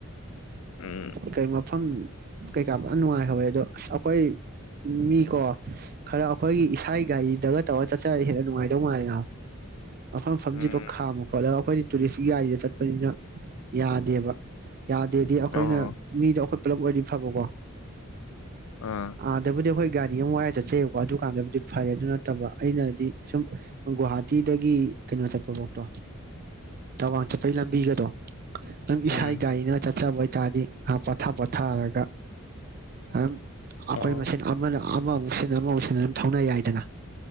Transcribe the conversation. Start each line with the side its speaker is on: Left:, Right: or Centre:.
Left: ꯎꯝ
Right: ꯀ ꯃꯐꯝ ꯀꯩꯀꯥ ꯅꯨꯡꯉꯥꯏꯍꯧꯋꯦ ꯑꯗꯣ ꯑꯁ ꯑꯩꯈꯣꯏ ꯃꯤꯀꯣ ꯈꯔ ꯑꯩꯈꯣꯏꯒꯤ ꯊꯥꯏ ꯒꯥꯔꯤꯗꯒ ꯇꯧꯔꯒ ꯆꯠꯆꯔ ꯍꯦꯟꯅ ꯅꯨꯡꯉꯥꯏꯗꯧꯅꯨꯡꯉꯥꯏꯔꯅꯣ ꯃꯐꯝ ꯐꯝꯖꯤꯠꯇꯣ
Left: ꯎꯝ
Right: ꯈꯥꯝ ꯈꯣꯠꯂꯦꯒ ꯑꯩꯈꯣꯏꯗꯤ ꯇꯨꯔꯤꯁꯀꯤ ꯒꯥꯔꯤꯗ ꯆꯠꯄꯅꯤꯅ ꯌꯥꯗꯦꯕ ꯌꯥꯗꯦꯗꯤ ꯑꯩꯈꯣꯏꯅ
Left: ꯑꯣ
Right: ꯃꯤꯗꯣꯈ ꯄꯨꯂꯞ ꯑꯣꯏꯗꯤ ꯐꯕꯀꯣ
Left: ꯑꯥ
Right: ꯑꯗꯕꯨꯗꯤ ꯍꯣꯏ ꯒꯥꯔꯤ ꯑꯃ ꯋꯥꯏꯔ ꯆꯠꯆꯩꯌꯦꯕꯀꯣ ꯑꯗꯨꯀꯥꯟꯗꯕꯨꯗꯤ ꯐꯔꯦ ꯑꯗꯨ ꯅꯠꯇꯕ ꯑꯩꯅꯗꯤ ꯁꯨꯝ ꯒꯨꯍꯥꯇꯤꯗꯒꯤ ꯀꯩꯅꯣ ꯆꯠꯄ ꯐꯣꯛꯇꯣ ꯃ ꯆꯄꯩ ꯂꯝꯕꯤꯒꯗꯣ <unintelligible> ꯑꯗꯨꯝ ꯏꯁꯥꯏ
Left: ꯎꯝ
Right: ꯒꯥꯔꯤꯅ ꯆꯠꯆꯕ ꯑꯣꯏ ꯇꯥꯅꯤ ꯉ ꯄꯣꯊꯥ ꯄꯣꯊꯥꯔꯒ ꯑꯗꯨꯝ ꯑꯩꯈꯣꯏ
Left: ꯑꯣ
Right: ꯃꯆꯦꯟ ꯑꯃꯅ ꯑꯃꯃꯨꯛꯁꯤꯟꯅ ꯑꯃꯃꯨꯛꯁꯤꯟꯅ ꯑꯗꯨꯝ ꯊꯧꯅ ꯌꯥꯏꯗꯅ